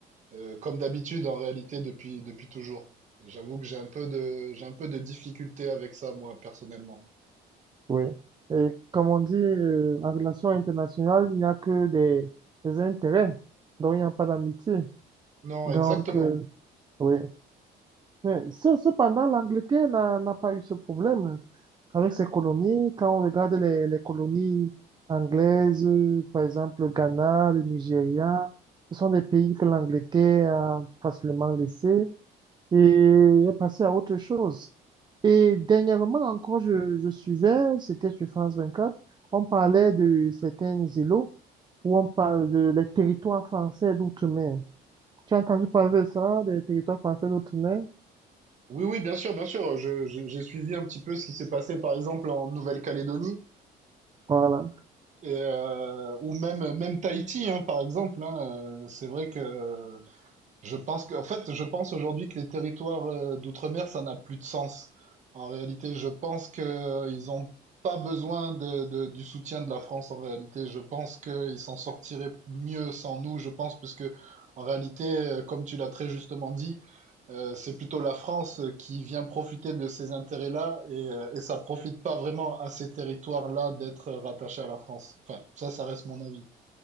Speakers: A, on the right; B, on the right.
A: euh, comme d'habitude en réalité depuis, depuis toujours. J'avoue que j'ai un peu de, j'ai un peu de difficulté avec ça, moi, personnellement.
B: Oui. Et comme on dit, euh, en relation internationale, il n'y a que des, des intérêts, donc il n'y a pas d'amitié.
A: Non,
B: Donc,
A: exactement.
B: euh, Oui. Mais ce- cependant, l'Angleterre n'a n'a pas eu ce problème hein. avec ses colonies. Quand on regarde les, les colonies anglaises, euh, par exemple le Ghana, le Nigeria, ce sont des pays que l'Angleterre a facilement laissés et est passée à autre chose. Et dernièrement encore, je, je suivais, c'était sur France 24, on parlait de certains îlots où on parle de les territoires français d'outre-mer. Tu as entendu parler de ça, des territoires français d'outre-mer?
A: Oui, oui, bien sûr, bien sûr. Je, je- j'ai suivi un petit peu ce qui s'est passé, par exemple, en Nouvelle-Calédonie,
B: Voilà.
A: et, euh, ou même, même Tahiti, hein, par exemple. hein. Euh, C'est vrai que Je pense que, en fait, je pense aujourd'hui que les territoires euh, d'outre-mer, ça n'a plus de sens. En réalité, je pense que euh, ils ont pas besoin de, de- du soutien de la France. En réalité, je pense qu'ils s'en sortiraient mieux sans nous. Je pense, puisque en réalité, euh, comme tu l'as très justement dit, euh, c'est plutôt la France euh, qui vient profiter de ces intérêts-là et, euh, et ça profite pas vraiment à ces territoires-là d'être rattachés à la France. Enfin, ça, ça reste mon avis.